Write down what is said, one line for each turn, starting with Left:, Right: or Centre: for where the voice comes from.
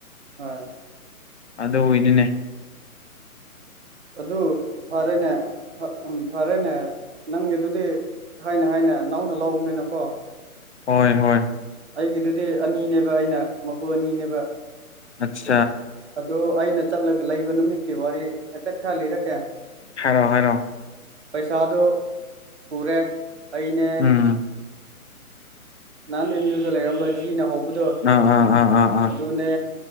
Right: ꯍꯣꯏ
Left: ꯑꯗ ꯏꯅꯤꯅꯦ
Right: ꯑꯗꯨ ꯐꯔꯦꯅꯦ ꯎꯝ ꯐꯔꯦꯅꯦ ꯅꯪꯒꯤꯗꯨꯗꯤ ꯍꯥꯏꯅ ꯍꯥꯏꯅ ꯅꯧꯅ ꯂꯧꯕꯅꯤꯅꯀꯣ
Left: ꯍꯣꯏ ꯍꯣꯏ
Right: ꯑꯩꯒꯤꯗꯨꯗꯤ ꯑꯅꯤꯅꯦꯕ ꯑꯩꯅ ꯃꯄꯨ ꯑꯅꯤꯅꯦꯕ
Left: ꯑꯆꯥ
Right: ꯑꯗꯨ ꯑꯩꯅ ꯆꯠꯂꯒ ꯂꯩꯕ ꯅꯨꯃꯤꯠꯀꯤ ꯋꯥꯔꯤ ꯍꯥꯏꯐꯦꯠ ꯈꯔ ꯂꯤꯔꯛꯀꯦ
Left: ꯍꯔꯣ ꯍꯥꯏꯦꯔꯣ
Right: ꯄꯩꯁꯥꯗꯨꯣ ꯄꯨꯔꯦ ꯑꯅꯦ
Left: ꯎꯝ
Right: ꯟ ꯑꯦꯦꯝ ꯌꯨ ꯑꯗꯨ ꯂꯩꯔꯝꯕ ꯖꯤꯅ ꯍꯧꯕꯗꯣ
Left: ꯑꯥ ꯑꯥ ꯑꯥ ꯑꯥ ꯑꯥ
Right: ꯑꯗꯨꯅꯦ